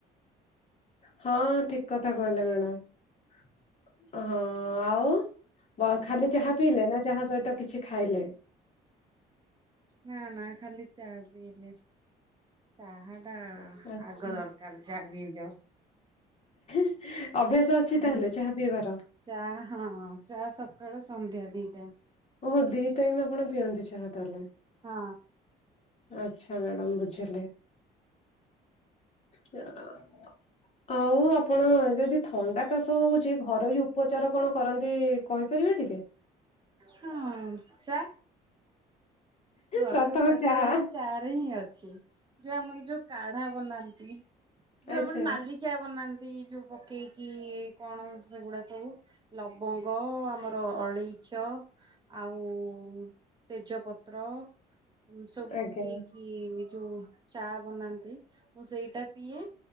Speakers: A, on the left (about 40°); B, on the right (about 25°).
A: ହଁ ଠିକ କଥା କହିଲେ ମ୍ୟାଡାମ। ହଁ। ହଁ ଆଉ ଖାଲି ଚାହା। ପିଇଲେ ନା ଚାହା ସହିତ କିଛି ଖାଇଲେ?
B: ନା ନା ଖାଲି ଚା ପିଇଲି ଚାହା ଚା
A: ଆଚ୍ଛା
B: ଆଗ ଦରକାର ଯା ବି ଯାଉ।
A: <unintelligible> ଅଛି
B: ହ
A: ତାହେଲେ ଚାହା ପିଇବାର
B: ଚା ହଁ ଚା ସବ ସକାଳ ସନ୍ଧ୍ୟା ଦଇଟା।
A: ଓହୋ ଦି ଟାଇମ୍ ଆପଣ ପିଅନ୍ତି ଚାହା ତାହେଲେ।
B: ହଁ।
A: ଆଛା ମ୍ୟାଡାମ ବୁଝିଲି। <unintelligible> ଆଉ ଆପଣ ଯଦି ଥଣ୍ଡା କାଶ ହଉଛି ଘରୋଇ ଉପଚାର କଣ କରନ୍ତି? କହିପାରିବାେ ଟିକେ?
B: ହଁ ଚା ଘରୋଇ
A: ପ୍ରଥମେ
B: ଉପାଚାର
A: ଚାହା
B: ବି ଚାରେ ହିଁ ଅଛି ଯୋଉ ଆମର ଯୋଉ କାଢା ବନାନ୍ତି। ଯୋଉ
A: ଆଚ୍ଛା
B: ଆମର ନାଲି ଚା ବନାନ୍ତି। ସେ ଯୋଉ ପକେଇକି କଣ ସେଗୁଡା ସବୁ ଲବଙ୍ଗ ଆମର ଅଳେଇଚ ଆଉ ତେଜପତ୍ର। <unintelligible> ସବୁ
A: ଆଜ୍ଞା
B: ପକେଇ କିି ଯୋଉ ଚା ବୁନାନ୍ତି ମୁଁ ସେଇଟା ପିଏ